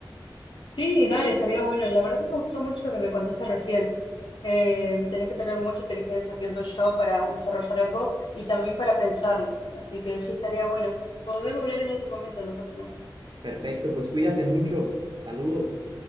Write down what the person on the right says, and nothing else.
Perfecto, pues cuídate mucho. Saludos.